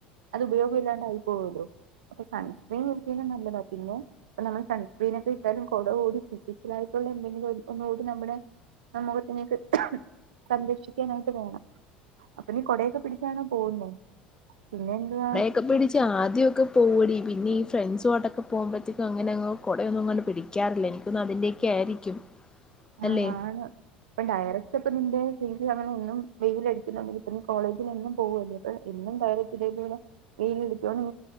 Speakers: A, on the right (about 80°); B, on the left (about 15°).
A: അത് ഉപയോഗം ഇല്ലാണ്ട് ആയി പോവോല്ലോ അപ്പോ സൺസ്ക്രീൻ യൂസെയ്യുന്നത് നല്ലതാ പിന്നെ ഇപ്പ നമ്മള് സൺസ്ക്രീന് ഒക്കെ ഇട്ടാലും കൊടചൂടി ഫിസിക്കിലായിട്ടുള്ള എന്തെങ്കിലും ഒന്നുകൂടി നമ്മുടെ ആ മുഖത്തിനേക്ക് സംരക്ഷിക്കാനായിട്ട് പോണം. അപ്പൊ നീ കൊടയൊക്കെ പിടിച്ചാണോ പോവുന്നേ പിന്നെ എന്തുവാ
B: ഒക്കെ പിടിച്ച് ആദ്യവൊക്കെ പോവൊടി പിന്നെ ഈ ഫ്രണ്ട്സാട്ടൊക്കെ പോകുമ്പഴത്തേക്ക്‌ അങ്ങനെങ് കൊട ഒന്നും അങ്ങ് പിടി ക്കാറില്ല ഇൻക്കോന്ന്ണ് അതിന്റെയൊക്കെ ആയിരിക്കും.
A: ആഹ്
B: അല്ലെ
A: ആണ് ഇപ്പൊ ഡയറക്ട് ഇപ്പൊ നിന്റെ ഫെസ് അങ്ങനെ ഒന്നും വെയിൽ അടിക്കുന്നുണ്ടെങ്കിൽ ഇപ്പൊ നീ കോളേജിൽ എന്നും പോവല്ലേ. ഇപ്പ എന്നും ഡയറക്റ്റ് ഇതേപോലെ വെയിൽ അടിക്കുവാണേ